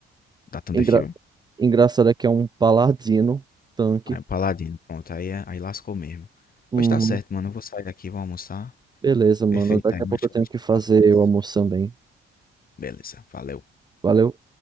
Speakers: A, on the left (about 45°); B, on the right (about 20°).
A: da Thunder
B: engra...
A: Fury?
B: engraçado é que é um paladino tanque.
A: Aí o Paladino, pronto, aí, é- aí lascou mesmo.
B: Uhum.
A: Pois tá certo, mano, eu vou sair aqui, vou almoçar.
B: Beleza, mano.
A: Perfeito,
B: Daqui
A: aí mais
B: a pouco
A: tarde
B: eu tenho
A: a gente
B: que fazer
A: fala mais.
B: o almoço também.
A: Beleza, valeu.
B: Valeu.